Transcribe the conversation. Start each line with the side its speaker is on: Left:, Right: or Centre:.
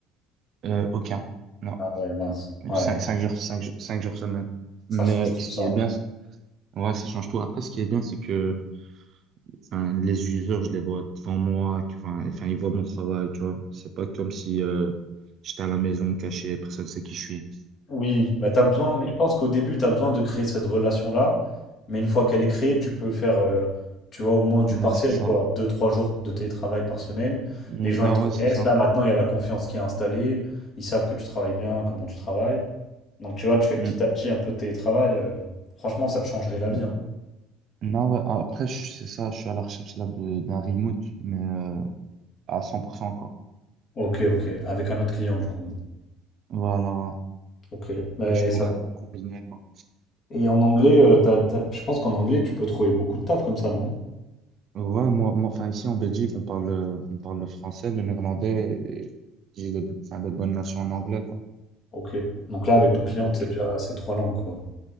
Right: Euh, aucun. Non.
Left: Ah ouais, mince. Ouais,
Right: Cinq, cinq jours, cinq jours, cinq jours semaine.
Left: ça
Right: Mais
Left: change
Right: euh,
Left: tout
Right: ce
Left: ça.
Right: qui est bien, c'est- ouais, ça change tout. Après, ce qui est bien, c'est que enfin, les users, je les vois devant moi, que- enfin, enfin, ils voient mon travail, tu vois. C'est pas comme si euh, j'étais à la maison caché, personne sait qui je suis.
Left: Oui, bah t'as besoin, mais je pense qu'au début, t'as besoin de créer cette relation-là. Mais une fois qu'elle est créée, tu peux faire, euh, tu vois, au moins du
Right: Non,
Left: partiel,
Right: c'est ça.
Left: quoi. Deux, trois jours de télétravail par semaine.
Right: Non,
Left: Les gens, ils te connaissent.
Right: ouais, c'est ça.
Left: Là, maintenant, il y a la confiance qui est installée. Ils savent que tu travailles bien, comment tu travailles. Donc tu vois, tu fais petit
Right: Mm,
Left: à petit un peu de télétravail. euh, franchement, ça te changerait la
Right: mm.
Left: vie. hein.
Right: Non, ouais, après, je- c'est ça, je suis à la recherche là de d'un remote, mais euh, à cent encore.
Left: Ok, ok. Avec un autre client, du coup.
Right: Voilà, ouais.
Left: Ok. Mais
Right: que je pourrais
Left: ça...
Right: combiner, quoi.
Left: Et en anglais, euh, t'as- t'as- je pense qu'en anglais, tu peux trouver beaucoup de taf comme ça, non?
Right: Ouais, moi, moi, enfin, ici en Belgique, on parle, le- on parle le français, le néerlandais, et j'ai de, enfin, de bonnes notions en anglais, quoi.
Left: Ok. Donc là, avec ton client,
Right: Donc,
Left: c'est déjà ces trois langues, quoi.